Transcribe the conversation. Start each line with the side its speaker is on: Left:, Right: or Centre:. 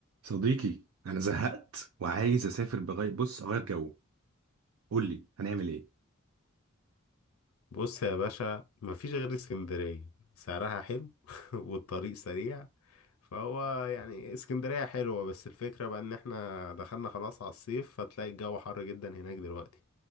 Right: صديقي انا زهقت وعايز اسافر بغير بص اغير جو قول لي هنعمل ايه
Left: بص يا باشا مفيش غير اسكندرية سعرها حلو <laughs> والطريق سريع فهو يعني اسكندرية حلوة بس الفكرة بقى ان احنا دخلنا خلاص على الصيف فتلاقي الجو حر جدا هناك دلوقتي